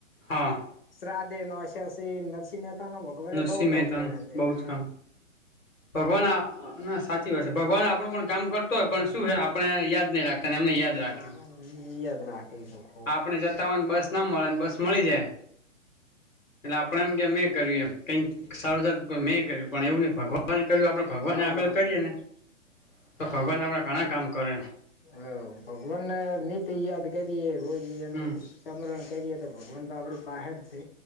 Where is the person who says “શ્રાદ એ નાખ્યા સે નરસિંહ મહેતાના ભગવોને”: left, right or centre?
Left